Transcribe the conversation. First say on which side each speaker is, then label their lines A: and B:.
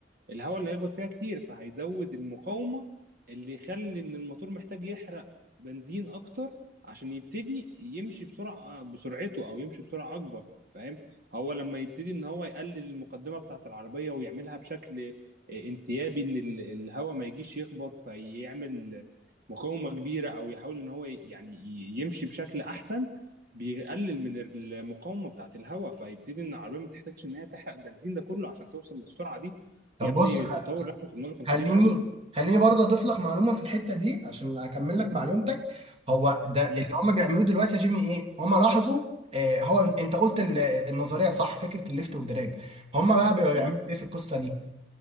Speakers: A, on the right (about 55°); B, on the right (about 35°).
A: الهواء اللي هيخبط فيها كتير فهيزود المقاومة اللي يخلي ان الموتور محتاج يحرق بنزين اكتر عشان يبتدي يمشي بسرعة بسرعته او يمشي بسرعة اكبر فاهم هو لما يبتدي ان هو يقلل المقدمة بتاعة العربية ويعملها بشكل آه، انسيابي ان ال- الهواء ما يجيش يخبط فيعمل مقاومة كبيرة او يحاول ان هو يعني ي- يمشي بشكل احسن بيقلل من المقاومة بتاعة الهواء فيبتدي ان العربية ما تحتاجش ان هي تحرق بنزين ده كله عشان توصل للسرعة دي
B: طب
A: يا ابني
B: بص خ-
A: التطور اللي احنا وصلنا له كان
B: خليني
A: كبير قوي
B: خليني برضه اضيف لك معلومه في الحته دي عشان اكمل لك معلومتك هو ده
A: امم
B: اللي هم بيعملوه دلوقتي يا جيمي ايه هم لاحظوا آه هو انت قلت ال- النظريه صح فكره الليفت والدراج هم بقى بيعملوا
A: امم
B: ايه في القصه دي